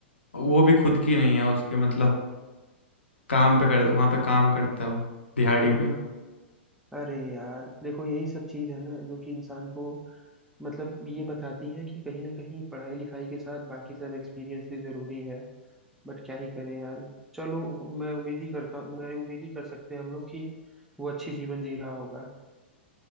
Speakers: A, on the left; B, in the centre.
A: वो भी खुद की नहीं है उसके मतलब काम पे कर वहाँ पे काम करता है वो दिहाड़ी
B: हाँ
A: पे
B: हाँ अरे यार देखो यही सब चीज है ना जो कि इंसान को मतलब ये बताती है कि कहीं ना कहीं पढ़ाई लिखाई के साथ बाकी सब एक्सपीरियंस भी जरूरी है बट क्या ही करें यार चलो मैं उम्मीद ही करता मैं उम्मीद ही कर सकते हैं हम लोग कि वो अच्छी जीवन जी रहा होगा